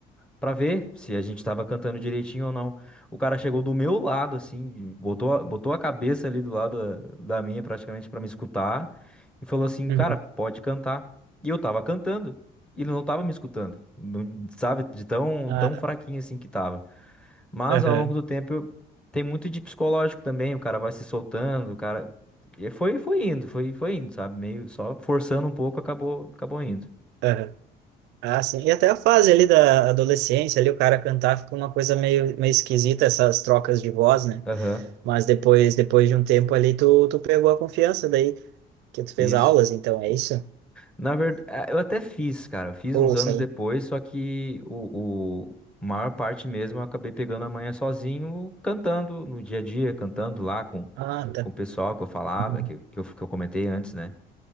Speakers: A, in the centre; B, on the right.
A: Pra ver se a gente tava cantando direitinho ou não. O cara chegou do meu lado, assim, botou, a- botou a cabeça ali do lado da, da minha, praticamente, pra me escutar, e falou assim,
B: uhum.
A: cara, pode cantar. E eu tava cantando, e ele não tava me escutando, não, sabe, de tão,
B: Ah,
A: tão fraquinho assim que tava. Mas
B: aham,
A: ao longo do tempo, eu- tem muito de psicológico também, o cara vai se soltando, o cara. E foi, foi indo, foi, foi indo, sabe? Meio só forçando um pouco, acabou, acabou indo.
B: aham. Ah, sim. E até a fase ali da adolescência, ali o cara cantar fica uma coisa meio, meio esquisita, essas trocas de voz, né?
A: Aham.
B: Mas depois, depois de um tempo ali, tu, tu pegou a confiança daí, que tu fez
A: Isso.
B: aulas, então, é isso?
A: Na verdade, eu até fiz, cara. Eu fiz
B: Ou,
A: uns anos
B: sei lá.
A: depois, só que o, o maior parte mesmo eu acabei pegando a manhã sozinho, cantando no dia a dia, cantando lá com,
B: Ah, tá.
A: com o pessoal que eu falava,
B: Uhum.
A: que, que eu, que eu comentei antes, né?